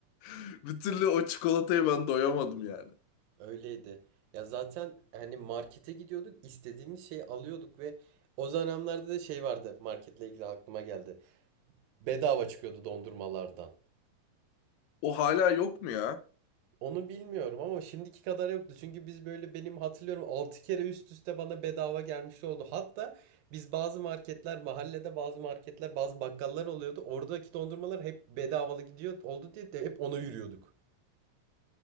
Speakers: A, on the left; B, on the right.
A: <laughs> Bir türlü o çikolataya ben doyamadım yani.
B: Öyleydi. Ya zaten hani markete gidiyorduk, istediğimiz şeyi alıyorduk ve o dönemlerde de şey vardı marketle ilgili aklıma geldi. Bedava çıkıyordu dondurmalardan.
A: O hala yok mu ya?
B: Onu bilmiyorum ama şimdiki kadar yoktu. Çünkü biz böyle benim hatırlıyorum 6 kere üst üste bana bedava gelmiş oldu. Hatta biz bazı marketler mahallede bazı marketler bazı bakkallar oluyordu. Oradaki dondurmalar hep bedavalı gidiyor oldu diye de hep ona yürüyorduk.